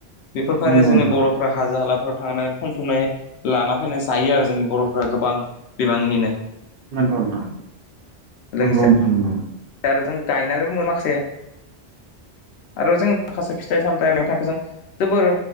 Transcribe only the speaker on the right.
नंगौ नोंथां
नंगौ नोंथां
नोंगौथां नांगौथां
नंगौ।